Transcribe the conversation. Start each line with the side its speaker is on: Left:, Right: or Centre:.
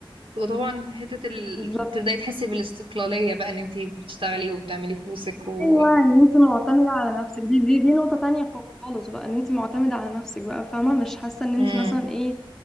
Right: وطبعا حته ال...
Centre: بالظبط
Right: تبداي تحسي بالاستقلاليه بقى ان انت بتشتغلي وبتعملي فلوسك و
Centre: ايوه ان انت معتمده على نفسك دي دي دي نقطه تانية خالص بقى ان انت معتمده على نفسك بقى فاهمه مش حاسه ان انت
Right: امم
Centre: مثلا ايه